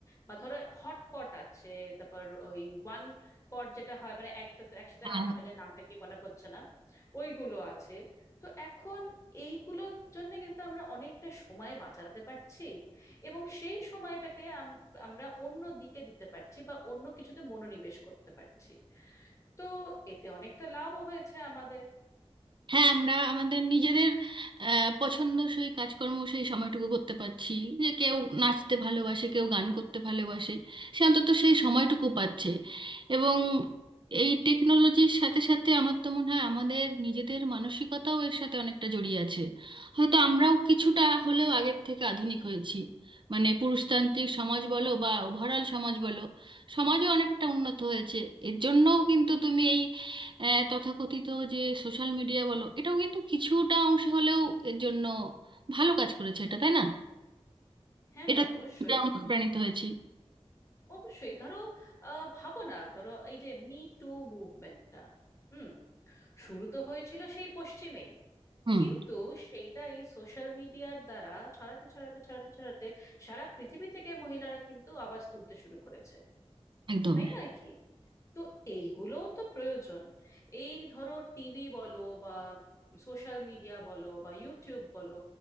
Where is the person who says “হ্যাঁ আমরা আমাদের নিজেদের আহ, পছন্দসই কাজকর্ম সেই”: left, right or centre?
Right